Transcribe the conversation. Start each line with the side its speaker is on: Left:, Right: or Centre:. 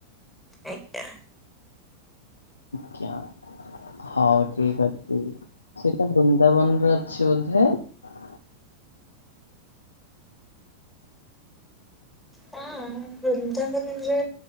Centre: ଆଜ୍ଞା।
Left: ଜ୍ଞା ହଉ ଠିକ୍ ଅଛି ସେଇଟା ବୃନ୍ଦାବନ୍ ରେ ଅଛି ବୋଧେ? ହେ
Centre: ହଁ ବୃନ୍ଦାବନ୍ ରେ